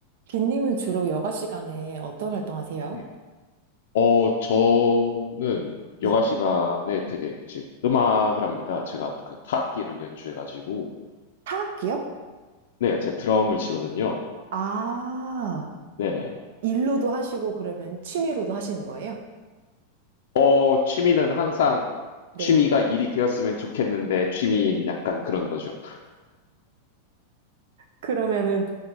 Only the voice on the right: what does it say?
빈님은 주로 여가 시간에 어떤 활동하세요?
네.
타악기요?
아,
일로도 하시고 그러면 취미로도 하시는 거예요?
네.
그러면은